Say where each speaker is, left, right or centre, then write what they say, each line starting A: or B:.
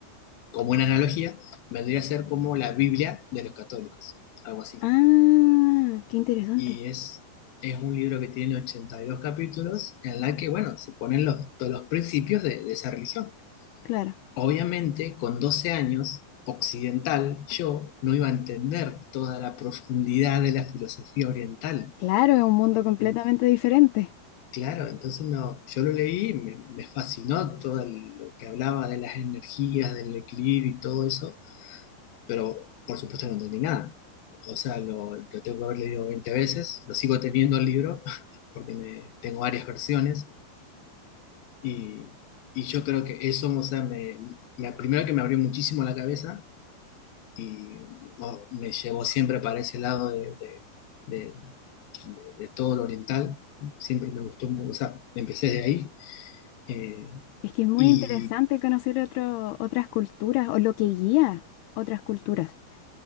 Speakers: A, on the left (about 75°); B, on the left (about 90°).
A: como una analogía, vendría a ser como la Biblia de los católicos, algo así.
B: Ah, qué interesante.
A: Y es, es un libro que tiene 82 capítulos en la que, bueno, se ponen los, todos los principios de, de esa religión.
B: Claro.
A: Obviamente, con 12 años, occidental, yo no iba a entender toda la profundidad de la filosofía oriental.
B: Claro, es un mundo completamente
A: En-
B: diferente.
A: Claro, entonces no, yo lo leí, me, me fascinó todo el- lo que hablaba de las energías, del equilibrio y todo eso, pero por supuesto no entendí nada. O sea, lo, lo tengo que haber leído 20 veces, lo sigo teniendo el libro, <laughs> porque me, tengo varias versiones, y, y yo creo que eso, o sea, me, me- primero que me abrió muchísimo la cabeza y oh, me llevó siempre para ese lado de, de- de- de- de todo lo oriental, siempre me gustó, mu- o sea, empecé de ahí. eh,
B: Es que es muy
A: Y
B: interesante conocer otro- otras culturas o lo que guía otras culturas.